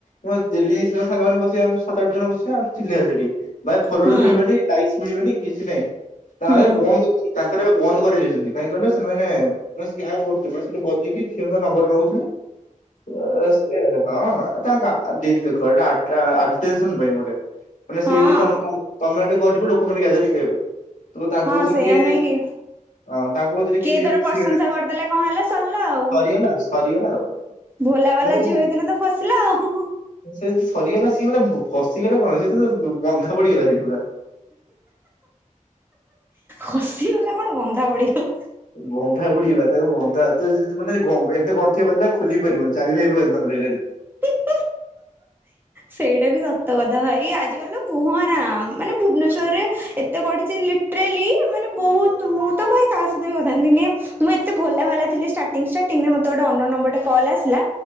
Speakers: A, on the left (about 70°); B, on the right (about 15°).
A: ମୁଁ ଡେଲି ଆ ସାଙ୍ଗ ମାନ ବସିବା ସାତ ଆଠ ଜଣ ବସିବା ଚିଲେଇବା ସେଠି। ଭାଇ ଫଲର୍
B: ହୁଁ
A: ମିଲିବେନି ଲାଇକ୍ସ ମିଳିବନି କିଛି ନାହିଁ ତାହେଲେ
B: ହୁଁ।
A: ବନ୍ଦ ତାଙ୍କର ଏବେ ବନ୍ଦ କରି ଯାଇଛନ୍ତି କାହିଁକି କହିଲ ସେମାନେ ବସ୍ କାବ କହୁଥିଲ ମ ସେଠି ବଜିକି ଝିଅଙ୍କ ନମ୍ବର ମାଗୁଥିଲେ। ହଁ ତାଙ୍କ ଦିଦି ଦେଖେ ଏଟା ଏ <unintelligible> ପାଇଁ ଗୋଟେ। ମାନେ
B: ହଁ
A: ସି ତମେକୁ ତମେ ଯଦି କରିବ ଲୋକମାନେ ଗ୍ୟାଦରିଙ୍ଗ ହେବେ ତ ତାଙ୍କ
B: ହଁ
A: ଭିତରେ
B: ସେଇଆ
A: କିଏ
B: ନୁହେଁ କି
A: ହଁ ତାଙ୍କ ଭିତରେ
B: କିଏ
A: କିଛି
B: ଧର
A: ଗୋଟେ
B: ପ୍ରଶଂସା କରିଦେଲା କଣ ହେଲା ସରିଲା ଆଉ
A: ସରିଗଲା ଆଉ ସରିଗଲା ଆଉ।
B: ଭୋଲା ବାଲା
A: ମାନେ
B: ଝିଅ ହେଇଥିନେ ତ ଫସିଲା ଆଉ।
A: ସେ ଠି ସରିଗଲା ନା ସିଏ ନୁହ। ଫସିଗଲେ କଣ ସେ ତ ବନ୍ଧା ପଡିଗଲା ସେଠି ପୁରା।
B: ହସିଗଲା କଣ ବନ୍ଧା ପଡିିବ।
A: ବନ୍ଧା ବୁଡିଗଲା ତାକୁ ବନ୍ଧା ଏତେ ଭିତରକୁ ଗଲେ ବି <unintelligible> ଏମିତି ଗଣ୍ଠି ପକେଇଲା ଖୋଲିବି ପାରିବନି। ଚାରି <unintelligible>
B: <inaudible> ସେଇଟା ବି ସତ କଥା ଭାଇ ଆଜିକାଲି ତ କୁହନା ମାନେ ଭୁବନେଶରରେ ଏ ଏତେ ପଢ଼ିଚି ଲିଟରାଲି ମାନେ ବହୁତ ମୁଁ ତ ଭହ କାହା ସହିତ ବି କଥା ଦିନେ ମୁଁ ଏତେ ଭଲ ବାଲା ଥିଲ ଷ୍ଟାର୍ଟିଂ ଷ୍ଟାର୍ଟିଂ ରେ ମୋତେ ଗୋଟେ ଅନନନ୍ ନମ୍ବର ଟେ କଲ ଆସିଲା